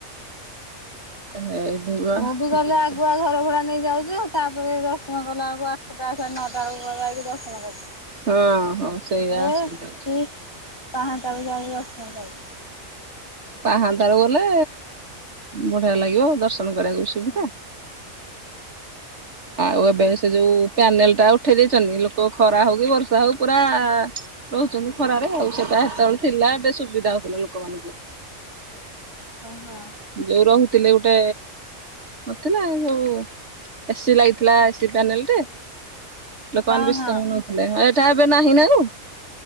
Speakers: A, on the right; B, on the left.
A: ହେଇଥିବ
B: ମୁଁ ବି ଗଲେ
A: ଯିବ।
B: ଆଗୁଆ ଘର ଭଡା ନେଇ ଯାଉଚୁ ତାପରେ ଦର୍ଶନ କଲା ବଳକୁ ଆଠଟା ସେ ନଅଟା ବେକୁ ଯାଇକି ଦର୍ଶନ କରୁଛୁ।
A: ହଁ ହଁ ସେଇଆ ଅସୁବିଧା
B: <unintelligible>
A: ହଉଛି।
B: ପାହାନ୍ତ ରୁ ଯାଉ ଦର୍ଶନ କରି।
A: ପାହାନ୍ତାରୁ ଗଲେ ବଢିଆ ଲାଗିବ ଦର୍ଶନ କରିବାକୁ ବି ସୁବିଧା
B: ହଁ
A: ଆଉ ଏବେ ସେ ଯୋଉ ପ୍ୟାନେଲ୍ ଟା ଉଠେଇ ଦେଇଛନ୍ତି ଲୋକ ଖରା ହଉ କି ବର୍ଷା ହଉ ପୁରା ରହୁଛନ୍ତି ଖରାରେ ଆଉ ସେଇଟା ହେତବେଳେ ଥିଲା ଟେ ସୁବିଧା ହଉଥିଲା ଲୋକମାନଙ୍କୁ।
B: ହଁ ହଁ।
A: ଯୋଉ ରହୁଥିଲେ ଗୋଟେ ନଥିଲା ଯୋଉ ଏସିି ଲାଗିଥିଲା ଏସି ପ୍ୟାନେଲ ଟେ ଲୋକମାନେ
B: ହଁ
A: ବିଶ୍ରାମ
B: ହଁ
A: ନଉଥିଲେ ଏଟା ଏବେ ନାହିଁ ନା ଆଉ।